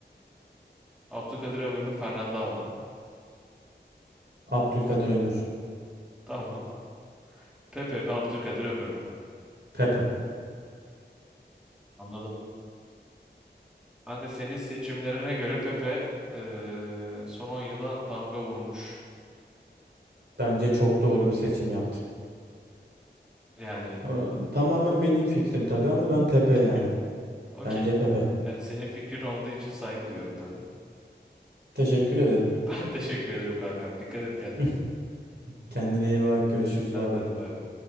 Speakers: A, in the centre; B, on the right.
A: Abdülkadir Ömür mü Fernanda mı?
B: Abdülkadir Ömür.
A: <laughs> Tamam. Pepe mi Abdülkadir Ömür mü?
B: Pepe.
A: Anladım. Kanka senin seçimlerine göre Pepe eee, son 10 yıla damga vurmuş.
B: Bence çok doğru bir seçim yaptım.
A: Yani
B: Ama Tamamen benim fikrim tabii ama ben Pepe yani.
A: <laughs> okey.
B: Bence Pepe.
A: Yani senin fikrin olduğu için saygı duyuyorum tabii.
B: Teşekkür ederim.
A: <laughs> Ben teşekkür ederim kankam. Dikkat et kendine.
B: <laughs> Kendine iyi bak. Görüşürüz.
A: Sen
B: Bay bay.
A: de hadi bay bay.